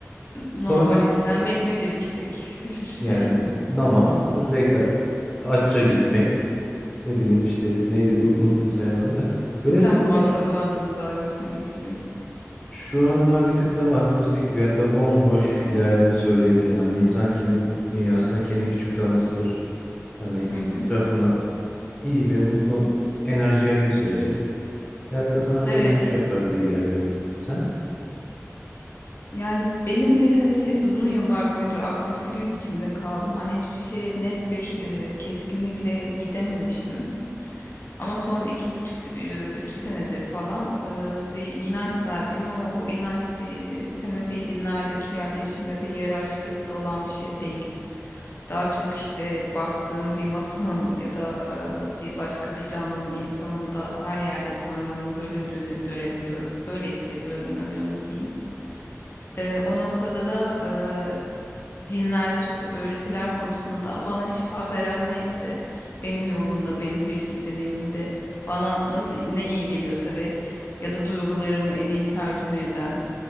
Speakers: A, on the left; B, on the left.
A: Normal
B: Sonra
A: İslamiyet nedir ki peki? <laughs>
B: yani namaz, rekat, hacca gitmek, ne bileyim işte neydi unuttum sayamadım da. Velhasıl
A: Tamam
B: kelam
A: anladım anladım dalgasını geçiyorum.
B: Şu aralar bir tık daha agnostik ve hatta bomboş ilerlediğimi söyleyebilirim. Hani insan kendi dünyasında kendi küçük tanrısıdır. Hani
A: Hı hı.
B: etrafına iyi ve mutlu enerji yaydığın sürece hayatta sana
A: Evet.
B: böyle dönüş yapar diye ilerliyorum. Sen
A: Yani benim de hani uzun yıllar boyunca agnostik bir biçimde kaldım. Hani hiçbir şeye net bir e, keskinlikle gidememiştim. Ama son iki buçuk, e, üç senedir falan e, bir inanç sahibiyim ama bu inanç bir e, sebebi dinlerdeki yerleşim ya da hiyerarşik yapıda olan bir şey değil. Daha çok işte baktığım bir masanın ya da e, bir başka bir canlının, insanın da her yerde Tanrı'nın bölündüğünü görebiliyorum. Öyle hissediyorum, inanıyorum diyeyim. Eee, o noktada da eee, dinler, öğretiler konusunda da bana şifa veren neyse benim yolumda, benim biricik deneyimimde bana nasıl ne iyi geliyorsa ve ya da duygularımı en iyi tercüme eden